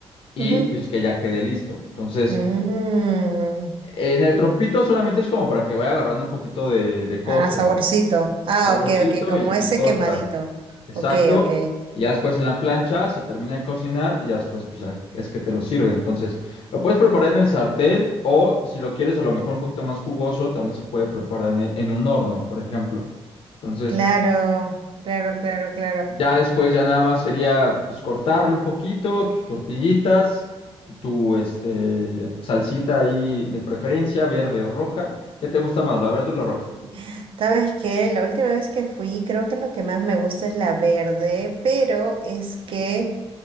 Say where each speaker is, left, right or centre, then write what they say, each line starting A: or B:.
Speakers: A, on the left (about 60°); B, on the right (about 55°).
A: y
B: ujú.
A: pues que ya quede listo. Entonces,
B: Mm.
A: en el trompito solamente es como para que vaya agarrando un poquito de, de costra,
B: Ah, saborcito. Ah,
A: saborcito
B: ok, ok, como
A: y,
B: ese
A: y costra.
B: quemadito.
A: Exacto.
B: Ok, ok.
A: Y ya después en la plancha se termina de cocinar y ya después pues, ya es que te lo sirve. Entonces, lo puedes preparar en el sartén o si lo quieres a lo mejor un poquito más jugoso, también se puede preparar en, en un horno, por ejemplo. Entonces,
B: Claro, claro, claro, claro.
A: Ya después ya nada más sería pues cortarlo un poquito, tus tortillitas, tu este salsita ahí de preferencia, verde o roja. ¿Qué te gusta más, la verde o la
B: Sí.
A: roja?
B: ¿Sabes qué? La última vez que fui, creo que lo que más me gusta es la verde, pero es que